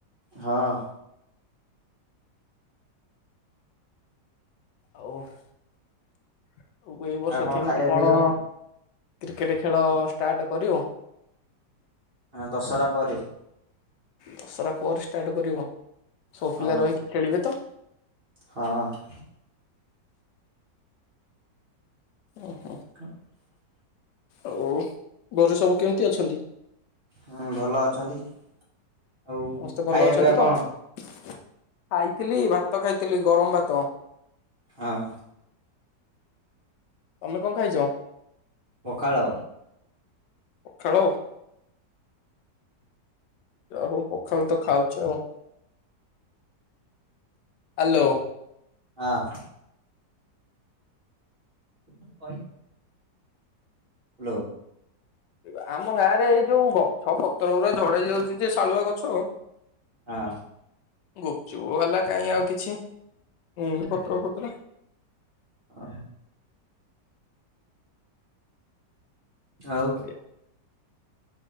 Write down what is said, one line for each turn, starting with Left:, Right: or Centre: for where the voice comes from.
Right: ହଁ।
Left: ଆଉ ଆଉ ଏଇ ବର୍ଷ
Right: ଆଉ କଣ
Left: କେମିତି
Right: ଖାଇବା
Left: କଣ
Right: ପିଇବା
Left: କ୍ରିକେଟେ ଖେଳ ଷ୍ଟାର୍ଟ କରିବ?
Right: ଆଁ ଦଶରା ପରେ।
Left: ଦଶରା ପରେ ଷ୍ଟାର୍ଟ କରିବ ସବୁ
Right: ହଁ
Left: ପିଲା ରହିକି ଖେଳିବେ ତ?
Right: ହଁ।
Left: ଉଁ ହୁଁ।
Right: <unintelligible>
Left: ଆଉ ଗରେ ସବୁ କେମିତି ଅଛନ୍ତି?
Right: ହୁଁ ଭଲ ଅଛନ୍ତି ଆଉ
Left: ସମସ୍ତେ ଭଲ
Right: ଖାଇବା
Left: ଅଛନ୍ତି
Right: ପିଇବା
Left: ତ?
Right: କଣ?
Left: ଖାଇଥିଲି ଭାତ ଖାଇଥିଲି ଗରମ ଭାତ।
Right: ହଁ।
Left: ତମେ କଣ ଖାଇଚ?
Right: ପଖାଳ।
Left: ପଖାଳ? ଯାହା ହଉ ପଖାଳ ତ ଖାଉଚ ହାଲୋ।
Right: ଆଁ। <unintelligible> କହିଯାଉ। ହାଲୋ।
Left: ରିବା ଆମ ଗାଁ ରେ ଏଇ ଯୋଉ ଗଛ ପତ୍ର ଉରା ଝଡେଇ ଯାଉଚି ଯେ ଶାଳୁଆ ଗଛ।
Right: ଆଁ।
Left: ଗୁପଚୁପ ବାଲା କାଇଁ ଆଉ କିଛି ନେଇନି ପତ୍ର ଫତ୍ର।
Right: ଅହଂ ଆଉ?
Left: <inaudible>